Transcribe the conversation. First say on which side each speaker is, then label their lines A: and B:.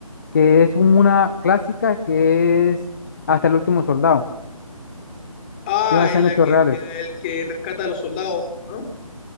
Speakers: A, on the left; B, on the left.
A: que es un- una clásica que es Hasta el último soldado,
B: Ah,
A: que basa
B: en
A: en
B: la
A: hechos
B: que,
A: reales.
B: en el que rescata a los soldados, ¿no?